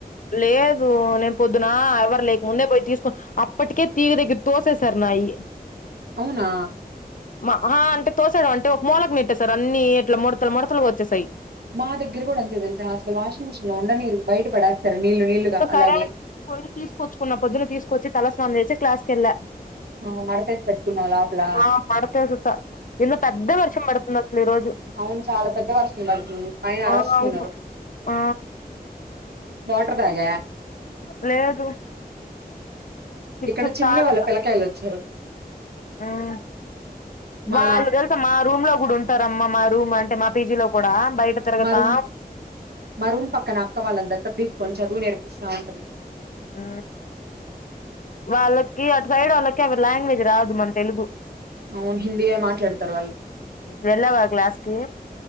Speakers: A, on the left; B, on the right.
A: లేదు నేను పొద్దున ఎవరు లేక ముందే పోయి తీసుకు అప్పటికే తీగ దగ్గర తోసేశారు నాయి
B: అవునా
A: మా ఆహ అంటే తోసేయడం అంటే ఒక మూలకి నేట్టేసారు అన్ని ఇట్లా మొడతలు మొడతలుగా వచ్చేసాయి
B: మా దగ్గర కూడా అంతే తెలుసా అసలు వాషింగ్ మిషిన్లో ఉండనీయరు బయట పడేస్తారు నీళ్లు నీళ్లుగా
A: ఒకసారి
B: అలాగే
A: పోయి తీసుకొచ్చుకున్న పొద్దున్న తీసుకొచ్చి తలస్నానం చేసి క్లాసుకెళ్లా
B: ఆ మడతేసి పెట్టుకున్నావా లోపల
A: ఆ మడతేసేసా ఇళ్ళ పెద్ద వర్షం పడుతుంది అసలు ఈరోజు
B: అవును చాలా పెద్ద వర్షం పడుతుంది పైన
A: ఆ
B: అరస్తున్నారు
A: అవును ఆ
B: వాటర్ తాగ
A: లేదు సిక్స్
B: ఇక్కడ చిన్నే
A: తాకతా
B: వాళ్ళ పిల కాయలొచ్చారు
A: మ్మ్
B: మా
A: వాళ్ళు తెల్సా మా రూమ్ లో కూడా ఉంటారమ్మా మా రూమ్ అంటే మా పీజీ లో కూడా బయట తిరగతా
B: మరూం మరూం పక్కన అక్క వాళ్ళందత్త తీస్ కొని చదువు నేర్పిస్తా ఉంటది
A: ఊ వాళ్ళకి అటు సైడ్ వాళ్ళకి అవి లాంగ్వేజ్ రాదు మన్ తెలుగు
B: అవును హిందీయే మాట్లాడతారు వాళ్ళు
A: వెళ్ళవా క్లాస్కి